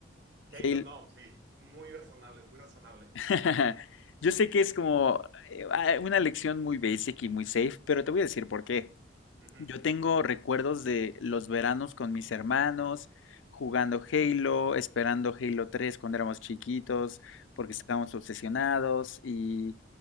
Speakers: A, on the right; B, on the left.
A: Halo,
B: Halo.
A: no, sí, muy razonable, muy razonable.
B: <laughs> Yo sé que es como eh, ah, una lección muy basic y muy safe, pero te voy a decir por qué.
A: Ujú,
B: Yo tengo recuerdos de los veranos con mis hermanos, jugando Halo, esperando Halo 3 cuando éramos chiquitos, porque estábamos obsesionados, y